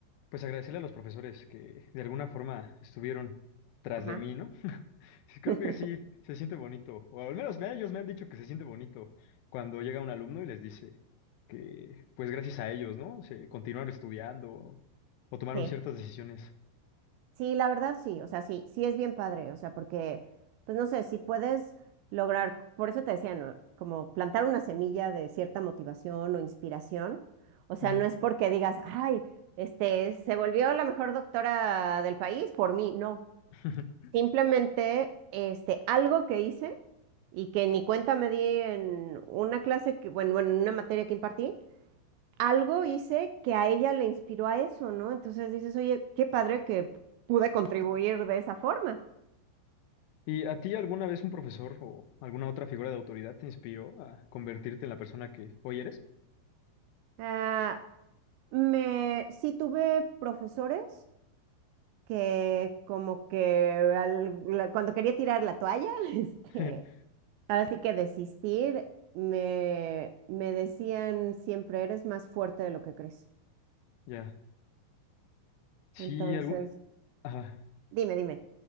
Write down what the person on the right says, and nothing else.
Ajá.
<laughs>
Sí.
Sí, la verdad sí, o sea, sí, sí es bien padre, o sea, porque, pues no sé, si puedes lograr, por eso te decía, ¿no? Como plantar una semilla de cierta motivación o inspiración, o sea,
no es porque digas, ay, este, se volvió la mejor doctora del país por mí, no,
simplemente, este, algo que hice y que ni cuenta me di en una clase, que, bueno, en una materia que impartí, algo hice que a ella le inspiró a eso, ¿no? Entonces dices, oye, qué padre que pude contribuir de esa forma.
Ah, me, sí tuve profesores que como que al- la- cuando quería tirar la toalla, <laughs> este,
ahora sí que desistir, me, me decían siempre, eres más fuerte de lo que crees.
Entonces,
dime, dime.